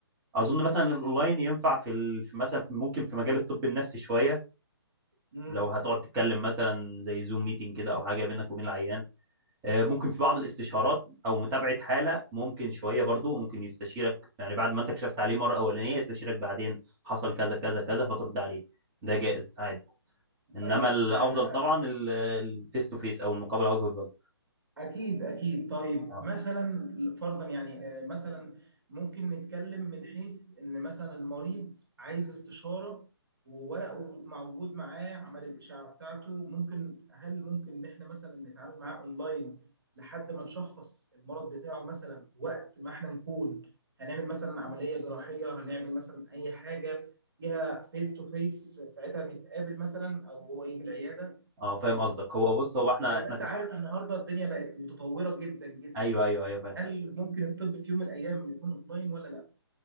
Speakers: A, on the right (about 15°); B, on the right (about 60°).
A: اظن
B: مم.
A: مثلا الاونلاين ينفع في ال... في مثلا في ممكن في مجال الطب النفسي شويه
B: مم.
A: لو هتقعد تتكلم مثلا زي زوم ميتنج كده او حاجه بينك وبين العيان آه، ممكن في بعض الاستشارات او متابعه حاله ممكن شويه برضو ممكن يستشيرك يعني بعد ما انت كشفت عليه مره اولانيه يستشيرك بعدين حصل كذا كذا كذا فترد عليه ده جائز عادي انما
B: ايوه
A: الافضل
B: آه،
A: طبعا الفيس تو فيس او المقابله وجه بوجه
B: اكيد اكيد طيب
A: اه
B: مثلا فرضا يعني آه، مثلا ممكن نتكلم من حيث ان مثلا المريض عايز استشاره وورقه موجود معاه عمل الاشعه بتاعته ممكن هل ممكن ان احنا مثلا نتعامل معاه اونلاين لحد ما نشخص المرض بتاعه مثلا وقت ما احنا نكون هنعمل مثلا عمليه جراحيه هنعمل مثلا اي حاجه فيها فيس تو فيس ساعتها نتقابل مثلا او هو يجي العياده
A: اه فاهم قصدك هو بص هو احنا
B: زي
A: احنا
B: ما انت
A: كش...
B: عارف النهارده الدنيا بقت متطوره جدا جدا
A: ايوه ايوه ايوه فاهم
B: هل ممكن الطب في يوم من الايام يكون اونلاين ولا لا